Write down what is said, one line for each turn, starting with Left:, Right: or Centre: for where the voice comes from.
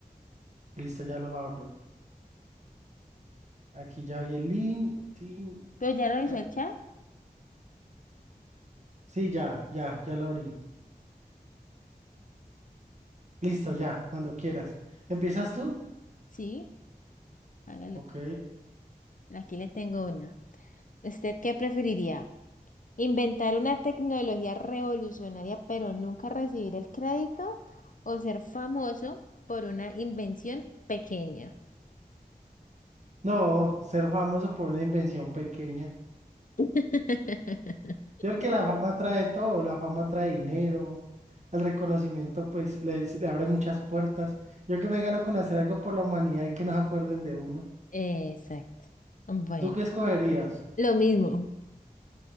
Right: Listo, ya lo abro. Aquí ya vi el link. tin,
Left: ¿Pero ya revisó
Right: eh,
Left: el chat?
Right: Sí, ya, ya, ya lo abrí. Listo, ya, cuando quieras. ¿Empiezas tú?
Left: Sí, hágale
Right: Ok.
Left: pues. Aquí le tengo una. ¿Usted qué preferiría? ¿Inventar una tecnología revolucionaria pero nunca recibir el crédito? ¿O ser famoso por una invención pequeña?
Right: No, ser famoso por una invención pequeña.
Left: <laughs>
Right: Yo creo que la fama trae todo, la fama trae dinero, el reconocimiento pues le, le abre muchas puertas. Yo que me gano con hacer algo por la humanidad y que nos acuerden de uno.
Left: Exacto. Bueno,
Right: ¿Tú qué escogerías?
Left: lo mismo,